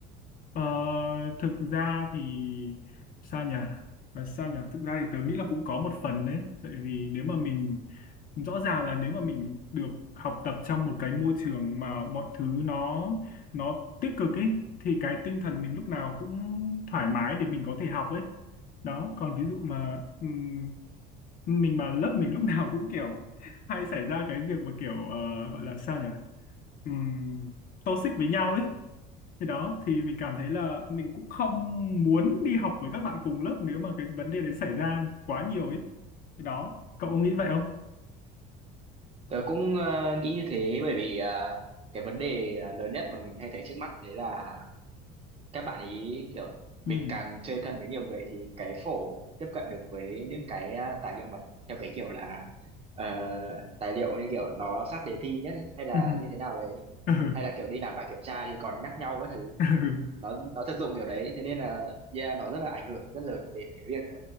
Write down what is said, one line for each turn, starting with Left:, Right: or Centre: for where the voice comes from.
Left: Ờ, thực ra thì sao nhỉ? Và sao nhỉ? Thực ra thì tớ nghĩ là cũng có một phần đấy. Tại vì nếu mà mình rõ ràng là nếu mà mình được học tập trong một cái môi trường mà mọi thứ nó nó tích cực ấy thì cái tinh thần mình lúc nào cũng thoải mái để mình có thể học ấy. Đó, còn ví dụ mà ừm, mình mà lớp mình lúc nào cũng kiểu hay xảy ra cái việc mà kiểu ờ, gọi là sao nhỉ? Ừm, toxic với nhau ấy thì đó thì mình cảm thấy là mình cũng không muốn đi học với các bạn cùng lớp nếu mà cái vấn đề đấy xảy ra quá nhiều ấy. Thì đó, cậu có nghĩ vậy không?
Right: Tớ cũng ờ, nghĩ như thế bởi vì ờ, cái vấn đề à, lớn nhất mà mình hay thấy trước mắt đấy là các bạn ý kiểu
Left: Ừ.
Right: mình càng chơi thân với nhiều người thì cái phổ tiếp cận được với những cái à, tài liệu mật theo cái kiểu là ờ, tài liệu như kiểu nó sát đề thi nhất ấy, hay là
Left: <laughs>
Right: như thế nào
Left: Ừ.
Right: đấy
Left: Ừ.
Right: hay là kiểu đi làm bài kiểm tra thì còn nhắc nhau các thứ
Left: Ừ.
Right: nó nó thực dụng kiểu đấy thế nên là yeah, nó rất là ảnh hưởng rất lớn đến cái việc à,